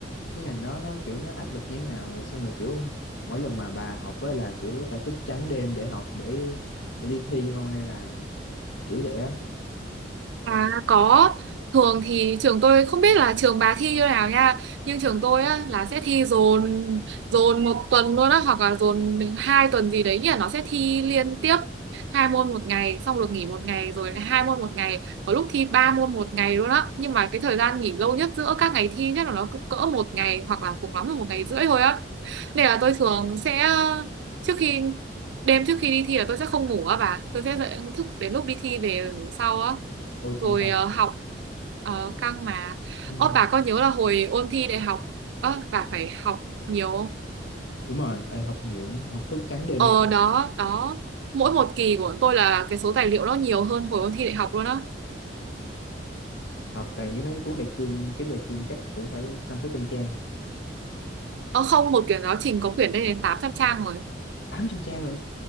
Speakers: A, on the left (about 80°); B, on the right (about 70°).
A: cái ngành đó nó kiểu nó áp lực như thế nào rồi xong rồi kiểu mỗi lần mà bà học á là kiểu phải thức trắng đêm để học để để đi thi không hay là kiểu vậy á
B: À có, thường thì trường tôi không biết là trường bà thi như nào nha, nhưng trường tôi á là sẽ thi dồn dồn một tuần luôn á hoặc là dồn đến hai tuần gì đấy nhỉ, nó sẽ thi liên tiếp hai môn một ngày xong được nghỉ một ngày rồi hai môn một ngày, có lúc thi ba môn một ngày luôn á, nhưng mà cái thời gian nghỉ lâu nhất giữa các ngày thi nhất là nó cũng cỡ một ngày hoặc là cùng lắm là một ngày rưỡi thôi á. Nên là tôi thường sẽ trước khi đêm trước khi đi thi là tôi sẽ không ngủ á bà tôi sẽ dậy thức đến lúc đi thi về ngủ sau á
A: Ôi cũng
B: rồi
A: căng.
B: ờ, học ờ, căng mà
A: Ừ.
B: ơ bà có nhớ là hồi ôn thi đại học ơ bà phải học nhiều không?
A: đúng rồi Ê, học nhiều học thức trắng đêm
B: ờ
A: nữa cả
B: đó đó mỗi một kỳ của bọn tôi là cái số tài liệu nó nhiều hơn hồi ôn thi đại học luôn á
A: học tại những mấy cuốn đại cương cái đại cương chắc cũng phải năm sáu trăm trang
B: ờ không một quyển giáo trình có quyển lên đến 800 trang rồi
A: tám trăm trang nữa